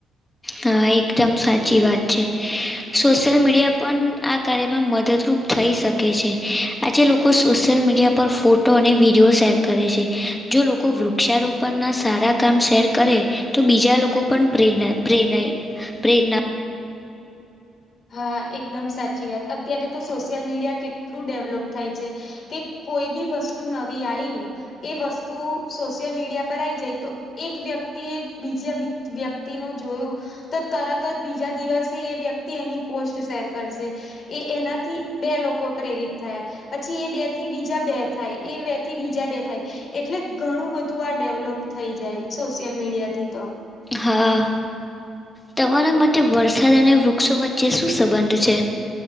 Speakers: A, on the left; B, on the left.
A: હા એકદમ સાચી વાત છે, સોશિયલ મીડિયા પણ આ કાર્યમાં મદદરૂપ થઈ શકે છે, આજે લોકો સોશિયલ મીડિયા પર ફોટો અને વિડીયો શેર કરે છે. જો લોકો વૃક્ષારોપણના સારા કામ શેર કરે તો બીજા લોકો પણ પ્રેરા પ્રેરાય પ્રેરના
B: હા એકદમ સાચી વાત અત્યારે તો સોશિયલ મીડિયા કેટલું ડેવલોપ થાય છે. કે કોઈ બી વસ્તુ નવી આયી એ વસ્તુ સોશિયલ મીડિયા પર આવી જાય તો એક વ્યક્તિએ બીજા વ્યવ્યક્તિનું જોયું તો તરત જ બીજા દિવસે એ વ્યક્તિ એની પોસ્ટ શેર કરશે એ એનાથી બે લોકો પ્રેરિત થયા પછી એ બે થી બીજા બે થાય એ બે થી બીજા બે થાય એટલે ઘણું બધું આ ડેવલોપ થઈ જાય સોશિયલ મીડિયા થી તો
A: હા તમારા માટે વરસાદ અને વૃક્ષો વચ્ચે શું સંબંધ છે?